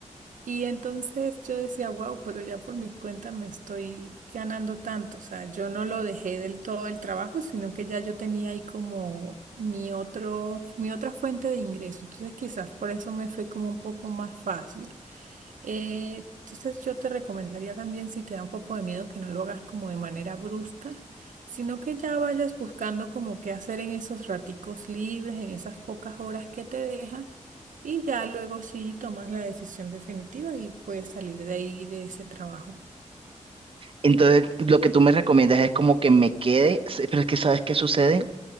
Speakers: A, on the right; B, on the right.
A: Y entonces yo decía, wow, pero ya por mi cuenta me estoy ganando tanto. O sea, yo no lo dejé del todo el trabajo, sino que ya yo tenía ahí como mi otro, mi otra fuente de ingreso. Entonces quizás por eso me fue como un poco más fácil. Eh, entonces yo te recomendaría también, si te da un poco de miedo, que no lo hagas como de manera brusca, sino que ya vayas buscando como qué hacer en esos raticos libres, en esas pocas horas que te dejan, y ya luego sí tomas la decisión definitiva y puedes salir de ahí, de ese trabajo.
B: Entonces, lo que tú me recomiendas es como que me quede, se- pero es que ¿sabes qué sucede?